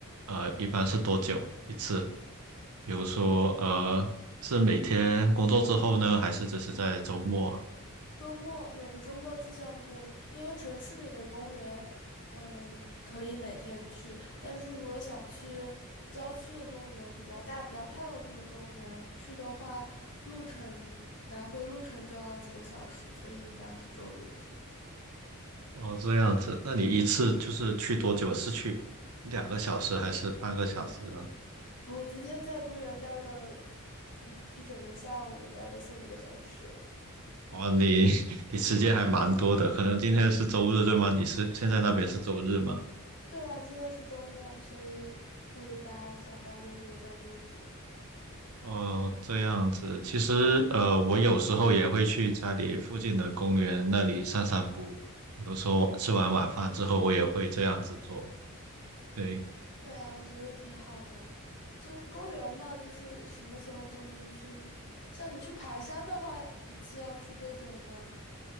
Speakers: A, on the right (about 75°); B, on the left (about 55°).
A: 呃，一般是多久？一次，比如说呃，是每天工作之后呢，还是只是在周末？
B: 周末每个周末去散步，因为城市里的公园，嗯，可以每天去。但是如果想去郊区的公园，比较大、比较漂亮的公园去的话，路程来回路程就要几个小时，所以一般是周日去。
A: 哦，这样子，那你一次就是去多久？是去一两个小时还是半个小时呢？
B: 我今天在公园待了一一整个下午，待了四五个小时。
A: 哦，你 <laughs> 你时间还蛮多的，可能今天是周日对吗？你是现在那边是周日吗？
B: 对啊，现在是周末，所以可以待，想待多久待多久。
A: 哦，这样子，其实呃，我有时候也会去家里附近的公园那里散散步，比如说吃完晚饭之后，我也会这样子做。对。
B: 对啊，我觉得挺好的。就是公园嘛，就是什么时候都能去。像你去爬山的话，一次要去多久呢？